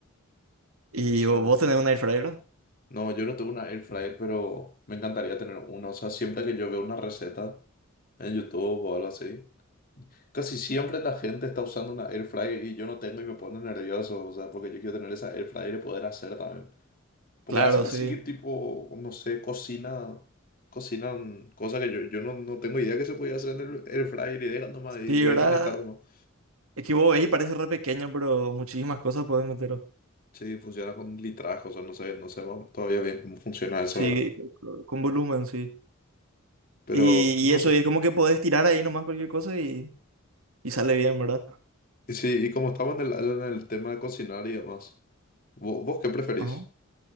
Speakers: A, on the right (about 85°); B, on the left (about 45°).
A: ¿Y
B: Vos sabés.
A: vo- vos tenés un air fryer?
B: No, yo no tengo una air fryer, pero me encantaría tener una. O sea, siempre que yo veo una receta en YouTube o algo así. Casi siempre la gente está usando una air fryer y yo no tengo y me pone nervioso, o sea, porque yo quiero tener esa air fryer y poder hacer también. Porque
A: Claro,
B: hacen
A: sí.
B: así tipo, no sé, cocina, cocinan cosas que yo, yo no, no tengo idea que se podía hacer en el air fryer y dejan nomás y
A: Sí,
B: le
A: ¿verdad?
B: dejan estar nomás.
A: Es que vos veis, parece re pequeño, pero muchísimas cosas podés meter.
B: Sí, funciona con litraje, o sea, no sé, no sé más todavía bien cómo funciona eso
A: Sí,
B: ahora.
A: co- con volumen, sí.
B: Pero
A: Y, y
B: no
A: eso,
B: sé.
A: y es como que podés tirar ahí nomás cualquier cosa y, y sale bien, ¿verdad?
B: Y sí, y como estamos en el, en el tema de cocinar y demás, ¿vo- ¿vos, qué preferís?
A: Ajá.